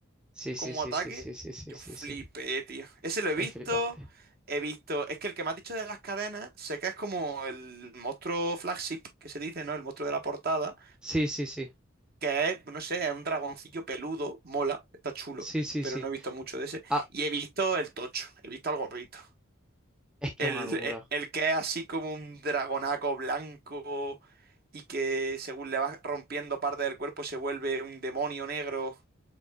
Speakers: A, in the centre; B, on the right.
A: Sí, sí,
B: como
A: sí,
B: ataque,
A: sí, sí, sí, sí,
B: yo
A: sí,
B: flipé,
A: sí.
B: tío. Ese lo he visto,
A: Es flipante.
B: he visto. Es que el que me has dicho de las cadenas, sé que es como el monstruo flagship que se dice, ¿no? El monstruo de la portada.
A: Sí, sí, sí.
B: que es, no sé, es un dragoncillo peludo, mola, está chulo,
A: Sí, sí,
B: pero
A: sí.
B: no he visto mucho de ese.
A: Ah,
B: Y he visto el tocho, he visto al gorrito.
A: es que
B: El,
A: es una locura.
B: el- el que es así como un dragonaco blanco y que según le vas rompiendo parte del cuerpo se vuelve un demonio negro,